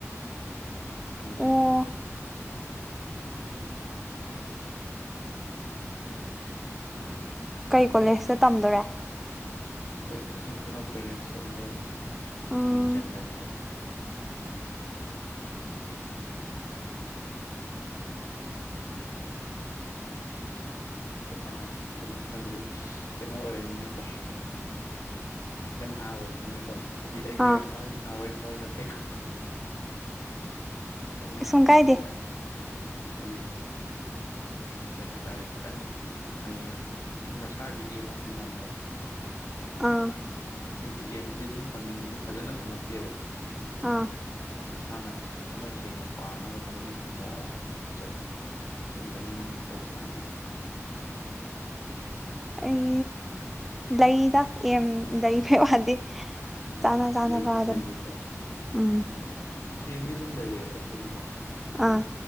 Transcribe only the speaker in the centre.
ꯑꯣ
ꯀꯩ ꯀꯣꯂꯦꯖꯇ ꯇꯝꯗꯣꯔꯦ
ꯎꯝ
ꯑꯥ
ꯀꯩꯁꯨꯝ
ꯀꯥꯏꯗꯦ
ꯑꯥ
ꯑꯥ꯫
ꯑꯩ ꯂꯩꯗ ꯑꯦꯝ ꯂꯩ ꯍꯥꯏꯗꯤ
ꯆꯥꯟꯅ ꯆꯥꯅꯕꯗꯨꯅꯤ
ꯎꯝ
ꯑꯥ